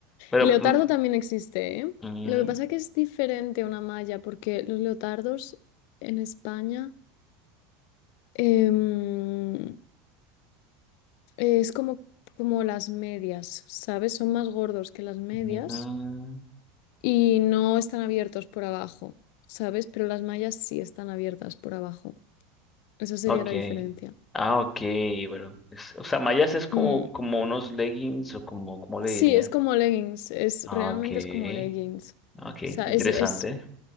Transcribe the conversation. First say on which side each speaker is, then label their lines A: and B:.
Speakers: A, on the left; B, on the left.
A: Pero,
B: Leotardo
A: mm,
B: también existe, ¿eh?
A: mm,
B: Lo que pasa es que es diferente a una malla, porque los leotardos en España em, es como, como las medias, ¿sabes? Son más gordos que las medias
A: mm, mm.
B: y no están abiertos por abajo, ¿sabes? Pero las mallas sí están abiertas por abajo. Esa sería
A: Okay,
B: la diferencia.
A: Ah, okay, bueno. es- o sea, mallas es como,
B: Mm,
A: como unos leggings o como, ¿cómo le
B: Sí,
A: dirían?
B: es como leggings, es,
A: Ah,
B: realmente
A: okay,
B: es como leggings.
A: ah, ok,
B: O sea,
A: interesante.
B: es, es